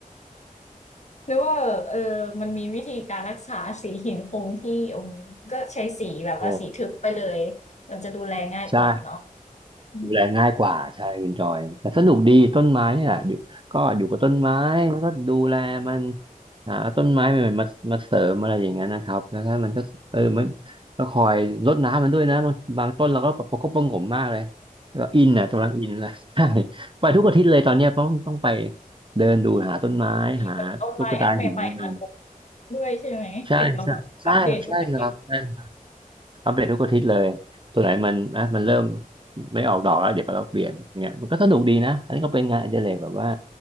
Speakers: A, on the left; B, on the right.
A: หรือว่าเออมันมีวิธีการรักษาสีหินคงที่อืมก็ใช้สีแบบว่าสีทึบไปเลย
B: โอ้
A: มันจะดูแลง่ายกว่าเนาะ
B: ใช่
A: อืม
B: ดูแลง่ายกว่าใช่คุณจอยแต่สนุกดีต้นไม้เนี่ยอยู่ก็อยู่กับต้นไม้แล้วก็ดูแลมันหาต้นไม้ใหม่ๆมามาเสริมอะไรอย่างเงี้ยนะครับแล้วถ้มันก็เออมันก็คอยรดน้ำมันด้วยนะบางบางต้นเราก็ประคบประหงมมากเลยก็อินอ่ะกำลังอินเลย <laughs> ใช่ไปทุกอาทิตย์เลยตอนเนี้ยต้องต้องไปเดินดูหาต้นไม้หาตุ๊กตาหินกัน
A: มีเหมือนต้นไม้อันใหม่ๆมาลงด้วยใช่ไหมถึงต้แบบอัปเดตทุกอาทิตย์
B: ใช่ใช่ใช่ใช่ครับ อัปเดตทุกอาทิตย์เลยตัวไหนมันอ่ะมันเริ่มไม่ออกดอกแล้วเดี๋ยวก็เราเปลี่ยนอย่างเงี้ยมันก็สนุกดีนะอันนี้ก็เป็นงานอดิเรกแบบว่า